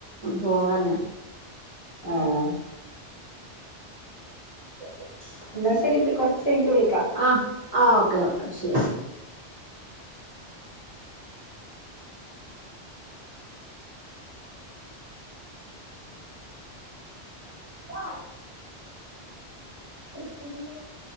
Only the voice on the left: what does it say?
ആഹ്
എന്നാ ശരി. പ്പി കൊറ്ച്ച് കഴിഞ്ഞ്ട് വിളിക്കാം.
<inaudible>